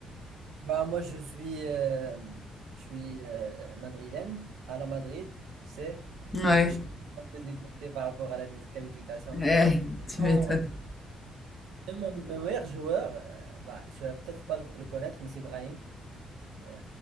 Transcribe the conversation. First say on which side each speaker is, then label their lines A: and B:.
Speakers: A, on the right (about 85°); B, on the left (about 20°).
A: Bah, moi, je suis, euh, je suis euh, madrilène, à la Madrid, tu sais.
B: Ouais,
A: Du coup, je suis un peu dégoûté par rapport à la disqualification, mais
B: Eh,
A: bon.
B: tu
A: Non,
B: m'étonnes.
A: et mon, mon meilleur joueur, euh, bah, tu vas peut-être pas le le connaître, mais c'est Brahim. euh,